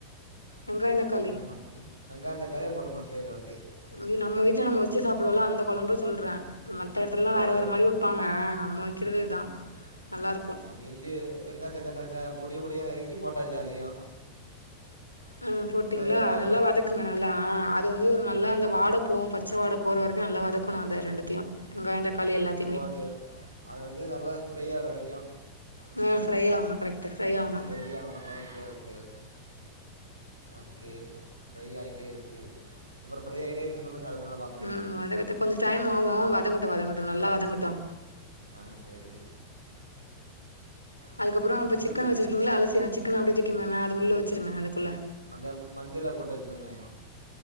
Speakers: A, on the left; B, on the right.
A: வெங்காயோ தக்காளி
B: என்னா பண்றது வெங்காயோ தக்காளி போட்டுரணு சேரி ஓகே
A: அது நம்ப வீட்ல நம்ம வச்சு சாப்பிடுவோம்ல அந்த கொழம்ப சொல்றே மத்த எடத்துலலா
B: ஓகே
A: வேற வேற
B: ஓகே
A: மாரி வப்பாங் க நம்ம வைக்கிறது இதா நல்லாருக்கு
B: இஞ்சி வெங்காயத் தக்காளி த ச பொடி பொடியா நறுக்கி போட்டாச்சு அதையு
A: ம் போட்டீங்களா
B: வெங்காயம்
A: நல்லா வதக்குங்க நல்லா ஆ அது வந்து ஒரு நல்லா
B: ஆ
A: அந்த வாட போவு பச் ச வாட போற வரைக்கு நல்லா வதக்கணு அத ரெண்டுத்தையு வெங்காயோ தக்காளி எல்லாத்தையுமே
B: ஓ அந்த அது வந்து நல்லா ஸ்ஃப்ரை ஆகற வரைக்கு
A: ம் ஃப்ரை ஆவனு கரெக்ட்டு ஃப்ரை ஆவனு
B: ஃப்ரை ஆவுனு ஓகே ஓகே ஓ ஓகே ஃப்ரையாட்டேருக்கு அப்றோ ஃப்ரை ஆகிட்டேருக்குன்னு சொல்லுங்க அடுத்து நா பா
A: ம் வதங்கத்தா கொஞ்சோ டைம் ஆவு வதங்கட்டு வதங்கட்டு நல்லா வதங்கட்டு
B: ஆ செரி
A: அதுக்கப்றோ
B: அடுத்தது
A: இப்ப சிக்கன் வச்சிருக்கீங்களா அலசி சிக்கன அப்டியே தூங்கி மேல அது உள்ள வச்சிருங்க அதுக்குள்ள
B: அந்த மஞ்சள போட்டு வச்சிருந்தோமே